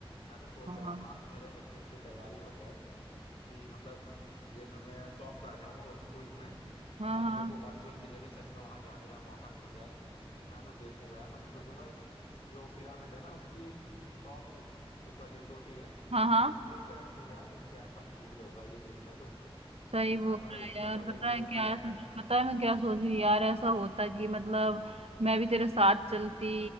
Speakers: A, on the left; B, on the right.
A: मैं तो सोच
B: हाँ
A: रहा हूँ काश मेरे इतनी अच्छी तैयारी हो जाए कि मतलब ये सब मैं टॉप कर जाऊंगा वही क्विज में
B: हाँ
A: ताकि
B: हाँ
A: मेरे को वर्चुअल की जगह सच में वहां जाने का मौका मिल जाए तो मैं तो देखूंगा यार मैं तो सोचूंगा जो पिरामिड है ना उसकी टॉप ऊपर जो चोटी है
B: हाँ हाँ
A: उस पे बैठूं यार तो कैसा फील होगा ये देखना तू
B: सही बोल
A: है ना मतलब
B: रहा
A: इतने
B: है यार
A: बड़े
B: पता
A: बड़े
B: है
A: वो
B: क्या
A: पिरामिड
B: ऐसा
A: है
B: पता है मैं क्या सोच रही यार ऐसा होता कि मतलब मैं भी तेरे साथ चलती